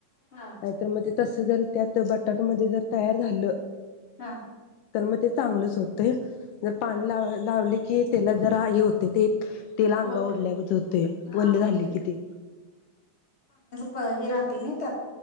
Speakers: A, on the left; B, on the left.
A: हा
B: नाहीतर म ते तस जर त्यात बटाट मध्ये जर तयार झालं
A: हा
B: तर म ते चांगलंच होतय. जर पाणी
A: हा
B: लाव लावली की तेला ज रा हे होतय ते तेल अंगा
A: वल्ल
B: ओढल्यागत होतय
A: हा
B: वल्ल
A: म्हणजे
B: झाल की ते
A: प हे राहतय ना त्यात